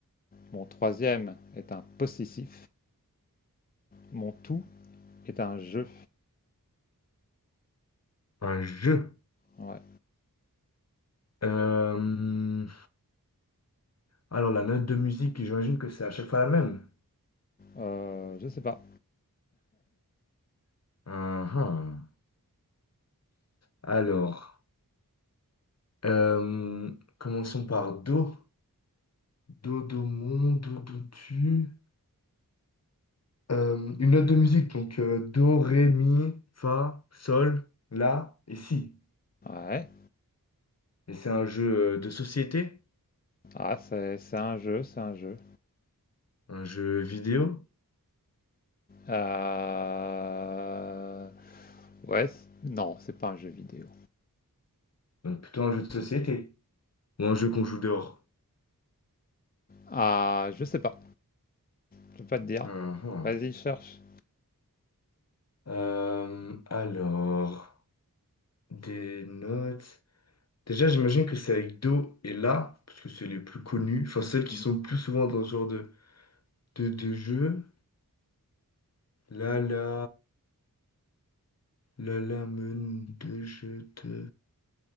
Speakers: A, on the left (about 25°); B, on the left (about 45°).
A: Mon troisième est un possessif. Mon tout est un jeu.
B: un jeu.
A: Ouais.
B: Euh, alors, la note de musique, j'imagine que c'est à chaque fois la même.
A: Euh, je sais pas.
B: Ah, ah. Alors, euh, commençons par Do. Do, Do, mon, Do, Do, tu. Euh, une note de musique, donc euh, Do, Ré, Mi, Fa, Sol, La et Si.
A: Ouais.
B: Et c'est un jeu euh, de société,
A: Ah, c'est c'est un jeu, c'est un jeu.
B: un jeu vidéo,
A: Euh, Ouais, c- non, c'est pas un jeu vidéo.
B: donc plutôt un jeu de société, ou un jeu qu'on joue dehors.
A: Ah, je sais pas, je peux pas te dire.
B: Ah, ah.
A: Vas-y, cherche.
B: Euh, alors. Des notes. Déjà, j'imagine que c'est avec Do et La, parce que c'est les plus connus, enfin celles qui
A: Mhm.
B: sont le plus souvent dans ce genre de, de, de jeu. La la, la la men de je te.